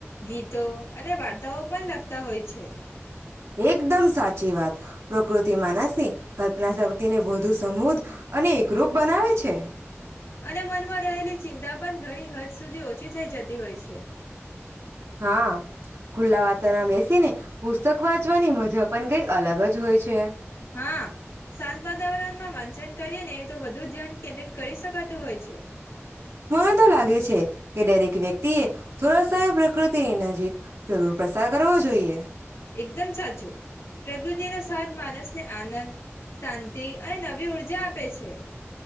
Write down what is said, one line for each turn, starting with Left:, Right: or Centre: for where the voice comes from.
Left: ગીતો અને વાર્તાઓ પણ લખતા હોય છે
Right: એકદમ સાચી વાત પ્રકૃતિ માનસ ની કલ્પના શક્તિ ને વધુ સમૂદ અને એકરૂપ બનાવે છે
Left: અને મનમાં રહેલી ચિંતા પણ ઘણી હદ સુધી ઓછી થઈ જતી હોય છે
Right: હા ખુલ્લા વાતરણમાં બેસીને પુસ્તક વાંચવાની મજા પણ કઈ અલગ જ હોય છે <inaudible>
Left: હા શાંત વાતાવરણમાં વા કરીને તો વધુ ધ્યાન કેન્દ્રિત કરી શકાતું હોય છે
Right: મને તો લાગે છે કે દરેક વ્યક્તિએ થોડા સમય <inaudible> જરૂર પસાર કરવો જોઈએ
Left: એકદમ સાચું પ્રકૃતિનો સાથ માણસને આનંદ શાંતિ અને નવી ઉર્જા આપે છે